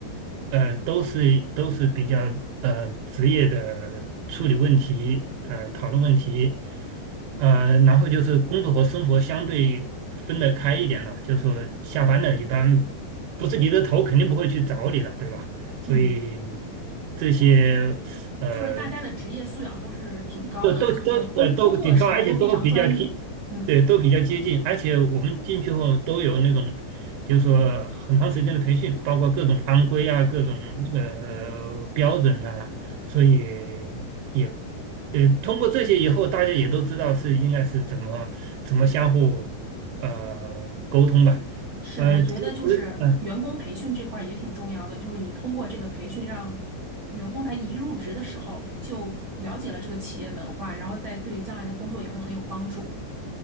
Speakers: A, on the right (about 85°); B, on the right (about 60°).
A: 呃都是都是比较呃职业的处理问题，呃讨论问题，呃，然后就是工作和生活相对分得开一点了，就是说下班了一般不是你的头肯定不会去找你了，对吧？所以
B: 嗯，
A: 这些呃
B: 就是大家的职业素养都是挺高的，
A: 都都都呃都挺高，
B: 就是工工作的时候都非常专业。
A: 而且都比较接，
B: 嗯。
A: 对，都比较接近，而且我们进去后都有那种，就是说很长时间的培训，包括各种安规啊，各种呃标准呐，所以也呃通过这些以后，大家也都知道是应该是怎么怎么相互呃沟通吧。
B: 是，
A: 呃，
B: 我觉得就是员工培训这块儿也挺重要的，
A: 其实，嗯。
B: 就是你通过这个培训，让员工在一入职的时候就了解了这个企业文化，然后再对将来的工作也会很有帮助。